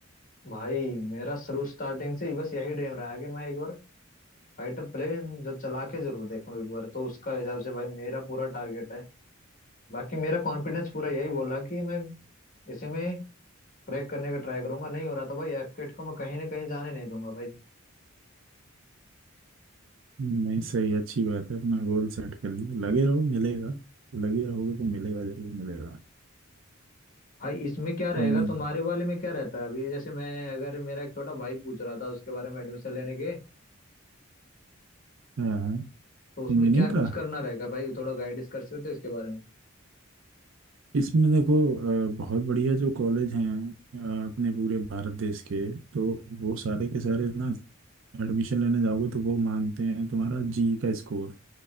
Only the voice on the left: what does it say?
भाई मेरा शुरू स्टार्टिंग से ही बस यही ड्रीम रहा है कि मैं एक बार फाइटर प्लेन जो चला के जरूर देखूं एक बार तो उसका हिसाब से भाई मेरा पूरा टारगेट है बाकी मेरा कॉन्फिडेंस पूरा यही बोला कि मैं इसी में क्रैक करने का ट्राई करूंगा नहीं हो रहा था भाई एफकेट को मैं कहीं ना कहीं जाने नहीं दूंगा भाई
भाई इसमें क्या रहेगा
तुम्हारे वाले में क्या रहता है अभी जैसे मैं अगर मेरा एक छोटा भाई पूछ रहा था उसके बारे में एडमिशन लेने के
तो उसमें
क्या कुछ
करना रहेगा भाई थोड़ा गाइडेंस कर सकते हो इसके बारे में